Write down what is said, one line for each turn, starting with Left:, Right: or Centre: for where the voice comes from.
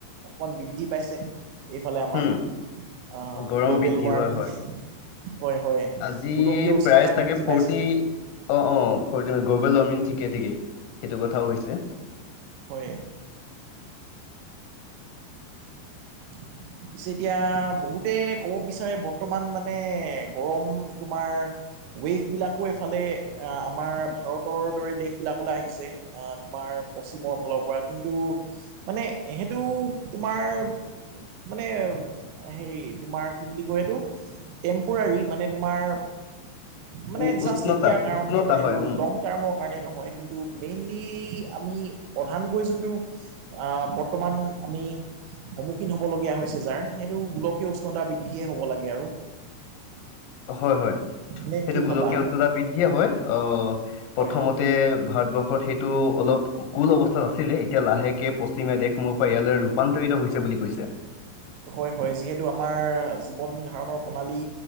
Right: অকমান বৃদ্ধি পাইছে এইফালে আমাৰ
Left: উম
Right: আহ
Left: গৰম
Right: গ্ল'বেল
Left: বৃদ্ধি
Right: ৱাৰ্মিং
Left: হয় হয়
Right: হয় হয়
Left: আজি
Right: গোলকীয় উষ্ণতা
Left: প্ৰায় চাগে
Right: বৃদ্ধি
Left: ফৰ্টি
Right: পাইছে
Left: অ অ ফৰ্টি গ্ল'বেল ৱাৰ্মিং ঠিকে ঠিকে সেইটো কথাও হৈছে
Right: হয় <inaudible> পিছে এতিয়া বহুতে ক'ব বিচাৰে বৰ্তমান মানে গৰম তোমাৰ ওৱেফবিলাকো এফালে আমাৰ ভাৰতৰ দৰে দেশবিলাকলে আহিছে অ তোমাৰ পশ্চিমৰ ফালৰ পৰা কিন্তু মানে সেইটো তোমাৰ, মানে হেৰি তোমাৰ কি বুলি কয় এইটো। টেম্পৰাৰী মানে তোমাৰ মানে
Left: উ
Right: জাষ্ট
Left: উষ্ণতা
Right: এতিয়া কাৰণহে
Left: উষ্ণতা
Right: মানে এইটো
Left: হয় উম
Right: লং, কাৰণে নহয় কিন্তু মেইনলি আমি প্ৰধানকৈ যোনটো, আহ বৰ্তমান আমি। সম্নূখিন হ'বলগীয়া হৈছে যাৰ সেইটো গোলকীয় উষ্ণতা বৃদ্ধিয়ে হ'ব লাগে আৰু
Left: হয় হয়
Right: নে
Left: সেইটো
Right: কি
Left: গোলকীয়
Right: ভাবা
Left: উষ্ণতা বৃদ্ধিয়ে হয় আহ
Right: হয়
Left: প্ৰথমত, তে ভাৰতবৰ্ষত সেইটো অলপ কুল অৱস্থাত আছিলে এতিয়া লাহেকে পশ্চিমীয়া দেশসমূহৰ পৰা ইয়ালৈ, ৰূপান্তৰিত হৈছে বুলি কৈছে।
Right: হয় হয় যিহেতু আমাৰ জীৱন ধাৰণৰ প্ৰণালী